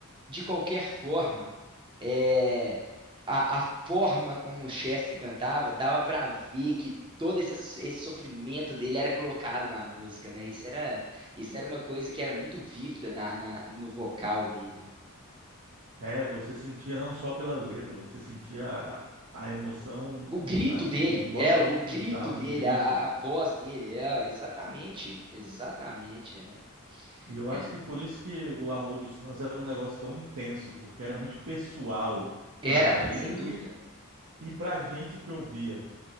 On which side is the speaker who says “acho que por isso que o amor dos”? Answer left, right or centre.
Right